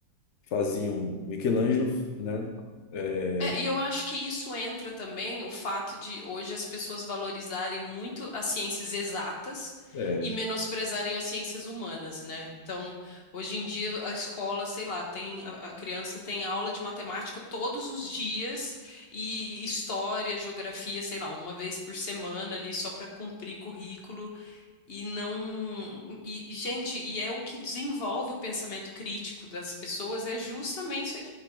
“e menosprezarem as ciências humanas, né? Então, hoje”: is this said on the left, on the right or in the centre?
Left